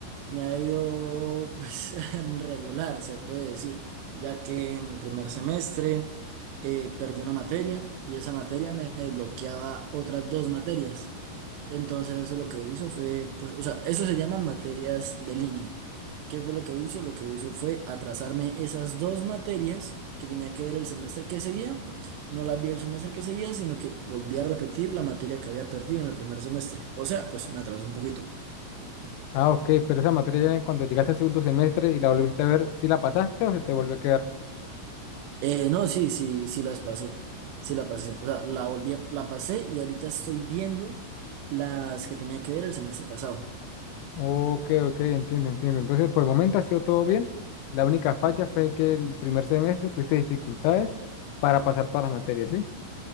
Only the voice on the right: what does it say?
Me ha ido pues <laughs> regular, se puede decir, ya que en el primer semestre eh, perdí una materia y esa materia me bloqueaba otras dos materias. Entonces eso lo que hizo fue, pues, o sea, eso se llaman materias de línea. ¿Qué fue lo que hizo? Lo que hizo fue atrasarme esas dos materias que tenía que ver el semestre que seguía. No las vi el semestre que seguía, sino que volví a repetir la materia que había perdido en el primer semestre. O sea, pues me atrasó un poquito.
Eh, no, sí, sí, sí las pasé. Sí la pasé. O sea, la volví, a- la pasé y ahorita estoy viendo las que tenía que ver el semestre pasado.